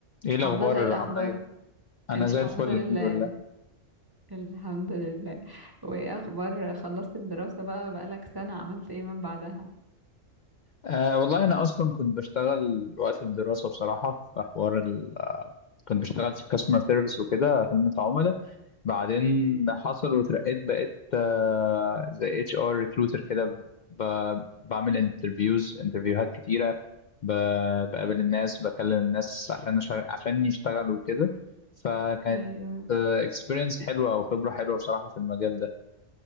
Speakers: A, on the left; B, on the right.
A: ايه الاخبار
B: عبد الله ايه الاخبار
A: عامله ايه انا
B: الحمد
A: زي الفل
B: لله
A: الحمد لله
B: الحمد لله وايه اخبار خلصت الدراسة بقى بقالك سنة عملت ايه من بعدها
A: آه والله انا اصلا كنت بشتغل وقت الدراسه بصراحه في حوار ال آه، كنت بشتغل في كاستمر سيرفيس وكده خدمه عملاء بعدين حصل واترقيت بقيت آه زي اتش ار ريكروتر كده ب- بعمل انترفيوز انترفيوهات كتيره ب- بقابل الناس بكلم الناس عشان أشا- عشان يشتغلوا وكده فكانت
B: ايوه
A: اكسبيرينس حلوه او خبره حلوه بصراحه في المجال ده